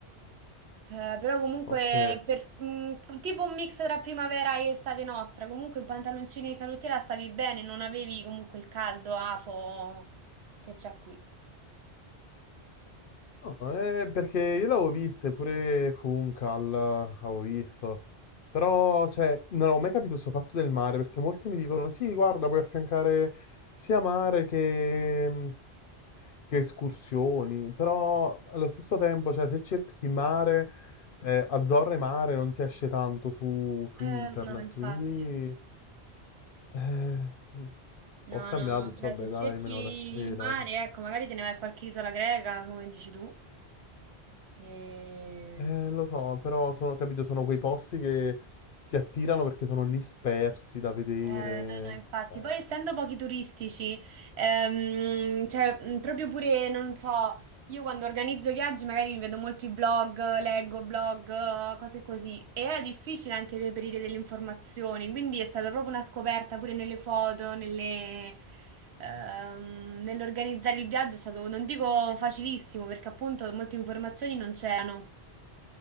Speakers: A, on the right (about 75°); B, on the left (about 60°).
A: Eh, però comunque
B: Ok.
A: per- mm, tipo un mix tra primavera e estate nostra, comunque in pantaloncini e canottiera stavi bene, non avevi comunque il caldo afo che c'è qui.
B: No, eh, perché io l'avevo viste, pure Funcal, avevo visto. Però, cioè, non avevo mai capito questo fatto del mare, perché molti mi dicono, sì, guarda, puoi affiancare sia mare che, che escursioni, però allo stesso tempo, cioè, se cerchi mare, eh, Azzorre mare non ti esce tanto su, su
A: Eh,
B: internet,
A: no, infatti.
B: quindi eh,
A: No,
B: ho cambiato
A: no, no,
B: e detto,
A: cioè
B: vabbè,
A: se
B: dai,
A: cerchi
B: me ne vado a Creta.
A: il mare, ecco, magari te ne vai a qualche isola greca, come dici tu. E...
B: Eh, lo so, però sono, capito, sono quei posti che ti attirano perché sono lì spersi da vedere,
A: Eh, no, no, infatti,
B: cioè.
A: poi essendo pochi turistici, ehm, cioè, mh, proprio pure, non so, io quando organizzo viaggi magari mi vedo molti blog, leggo blog, eh, cose così, e era difficile anche reperire delle informazioni, quindi è stata proprio una scoperta pure nelle foto, nelle, ehm, nell'organizzare il viaggio è stato, non dico facilissimo, perché appunto molte informazioni non c'erano.